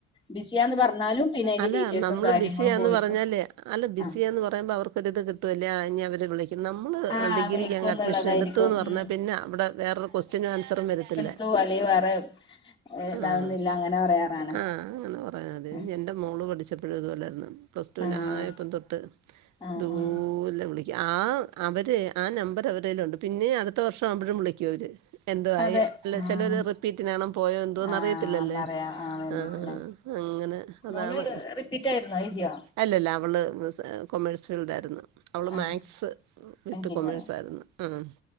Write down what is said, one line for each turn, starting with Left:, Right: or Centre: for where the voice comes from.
Left: ബിസിയാന്ന് പറഞ്ഞാലും പിന്നെ അതിന്റെ
Right: അല്ല
Left: ഡീറ്റെയിൽസും
Right: നമ്മള്
Left: കാര്യങ്ങളും
Right: ബിസിയാന്ന്
Left: വോയിസും
Right: പറഞ്ഞാലേ അല്ല ബിസിയാന്ന്
Left: ആ
Right: പറയുമ്പോ അവർക്കൊരിത് കിട്ടും ഇനി അവര് വിളിക്ക നമ്മള്
Left: ആ
Right: ഡിഗ്രിക്ക്
Left: വിളിക്കും
Right: അങ്ങ്
Left: എന്നുള്ളതായിരിക്കും
Right: അഡ്മിഷൻ എടുത്തുന്ന് പറഞ്ഞാൽ
Left: ഉം
Right: പിന്നെ അവിടെ വേറൊരു ക്വസ്റ്റിനും ആൻസറും വരത്തില്ല
Left: പോല വേറെ ഇതകുന്നില്ല
Right: ഉം
Left: അങ്ങനെ പറയാറാണ്
Right: ആഹ് അങ്ങനെ പറയാതെ
Left: ആ
Right: എന്റെ മോള് പഠിച്ചപ്പളും ഇതുപോലായിനു പ്ലസ് ടുലായപ്പം
Left: ആഹ്
Right: തൊട്ട്
Left: ആഹ്
Right: ദൂല
Left: ആഹ്
Right: വിളിക്ക ആഹ് അവര് ആഹ് നമ്പർ അവരേലുണ്ട് പിന്നെ അടുത്ത വർഷം ആവുമ്പഴും വിളിക്കോവര് എന്തോ ആയ്
Left: അതെ
Right: അല്ല
Left: ആഹ്
Right: ചിലർ റിപ്പീറ്റിനാണ പോയോ എന്തോന്ന്
Left: ആഹ്
Right: അറിയത്തില്ലല്ലോ
Left: ഒന്നറിയാൻ ആഹ് വേണ്ടിട്ടല്ലേ
Right: ആഹ് അങ്ങനെ അതാണ്
Left: മോള് റിപ്പീറ്റ് ആയിരുന്നോ എഴുതിയോ
Right: അല്ലല്ല അവള് കൊമേഴ്സ് ഫീൽഡ് ആയിരുന്നു അവള്
Left: ആഹ്
Right: മാത്‌സ് വിത്ത്
Left: എഞ്ചിനീയറിംഗ്
Right: കൊമേഴ്സ് ആയിരുന്നു ആഹ്